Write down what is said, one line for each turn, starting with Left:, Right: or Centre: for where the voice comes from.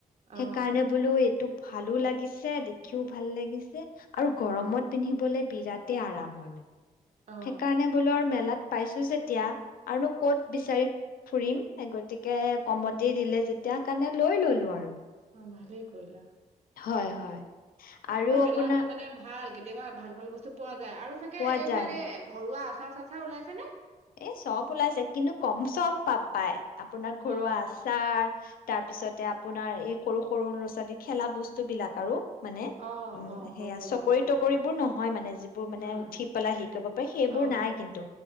Right: অ',
Left: সেইকাৰণে বোলো এইটো, ভালো লাগিছে দেখিও ভাল লাগিছে। আৰু গৰমত পিন্ধিবলে বিৰাটেই আৰাম হয় মানে,
Right: অ',
Left: সেইকাৰণে বোলো আৰু মেলাত, পাইছো যেতিয়া আৰু নো কত বিচাৰি ফুৰিম, গতিকে কমতে দিলে, তেতিয়া কাৰণে লৈ ললো আৰু,
Right: অ' ভালেই কৰিলা,
Left: হয় হয় আৰু
Right: এনেকুৱা মেলাত
Left: আপোনাৰ
Right: মানে ভাল কেতিয়াবা ভাল ভাল বস্তু পোৱা যায় আৰু চাগে।
Left: পোৱা
Right: এইবিলাক
Left: যায়
Right: এই, ঘৰুৱা আচাৰ চাচাৰ ওলাইছে নে?
Left: এ চব ওলাইছে কিন্তু কম চব পাব পায়। আপোনাৰ ঘৰুৱা
Right: অ',
Left: আচাৰ, তাৰ পিছতে আপোনাৰ এই সৰু সৰু ল'ৰা ছোৱালী খেলা বস্তু বিলাক আৰু, মানে
Right: অ',
Left: উম
Right: অ',
Left: সেয়া
Right: সৰু সৰু
Left: চকৰি
Right: ল'ৰা ছোৱালী
Left: তকৰিবোৰ
Right: আছে
Left: নহয় মানে যিবোৰ মানে
Right: উম,
Left: উঠি পেলাই হেৰি কৰিব পাৰে সেইবোৰ
Right: অ',
Left: নাই কিন্তু